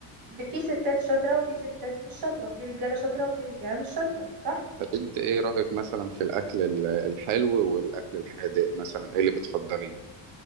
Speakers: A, on the right; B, on the right.
A: ب- في ستات شاطرة وفي ستات مش شاطرة وفي رجالة شاطرة وفي رجالة مش شاطرة صح
B: طب انت ايه رايك مثلا في الاكل ال- الحلو والاكل الحادق مثلا ايه اللي بتفضليه